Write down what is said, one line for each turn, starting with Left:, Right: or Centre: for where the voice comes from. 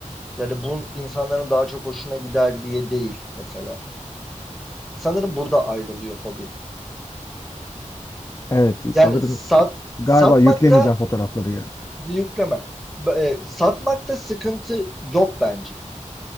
Centre: Yani bu insanların daha çok hoşuna gider diye değil mesela. Sanırım burada ayrılıyor hobi.
Left: Evet
Centre: Yani
Left: sanırım
Centre: sat
Left: galiba
Centre: satmakta
Left: yüklemeyeceğim fotoğrafları ya.
Centre: bir yükleme. e, satmakta sıkıntı yok bence.